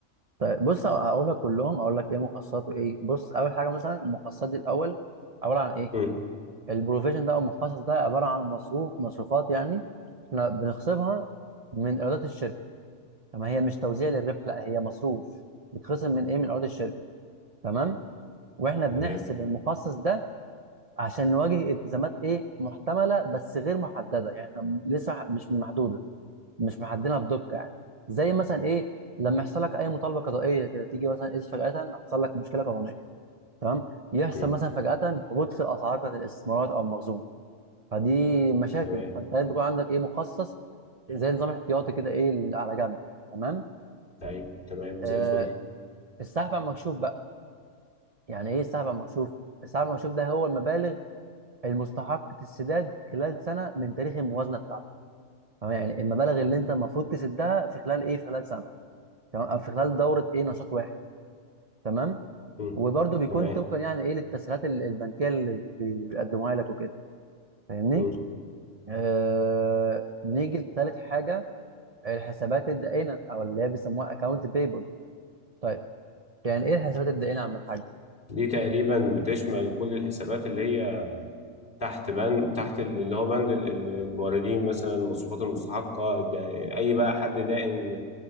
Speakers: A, on the right; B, on the left.
A: طيب بص اقول لك كلهم اقول لك ايه مخصصات وايه بص اول حاجه مثلا المخصصات دي الاول عباره عن ايه
B: مم.
A: البروفيجن ده او المخصص ده عباره عن مصروف مصروفات يعني احنا بنخصمها من ايرادات الشركه طب هي مش توزيع للربح لا هي مصروف بيتخصم من ايه من ايرادات الشركه تمام واحنا بنحسب
B: تمام
A: المخصص ده عشان نواجه التزامات ايه محتمله بس غير محدده يعني احنا لسه مح- مش محدوده مش محددينها بدقه يعني زي مثلا ايه لما يحصل لك اي مطالبه قضائيه كده تيجي مثلا ايه فجاه حصل لك مشكله قانونيه تمام يحصل
B: مم.
A: مثلا فجاه هبوط في الاسعار بتاعت الاستثمارات او المخزون فدي مشاكل
B: تمام
A: فانت لازم يكون عندك ايه مخصص زي نظام احتياطي كده ايه اللي على جنب تمام
B: طيب تمام
A: آه
B: زي الفل
A: السحب على المكشوف بقى يعني ايه السحب على المكشوف السحب على المكشوف ده هو المبالغ المستحق السداد خلال سنه من تاريخ الموازنه بتاعتك تمام يعني المبالغ اللي انت المفروض تسدها في خلال ايه في خلال سنه تمام او في خلال دوره ايه نشاط واحد تمام
B: مم.
A: وبرده بيكون
B: تمام
A: طبقا يعني ايه للتسهيلات ال- البنكيه اللي بي- بيقدموها لك وكده فاهمني
B: مم.
A: آه... نيجي لتالت حاجه الحسابات الدائنه او اللي هي بيسموها اكونت بيبل طيب يعني ايه الحسابات الدائنه يا عم الحاج
B: دي تقريبا بتشمل كل الحسابات اللي هي تحت بند تحت اللي هو بند ال- ال- الموردين مثلا المصروفات المستحقة دا- اي بقى حد دائن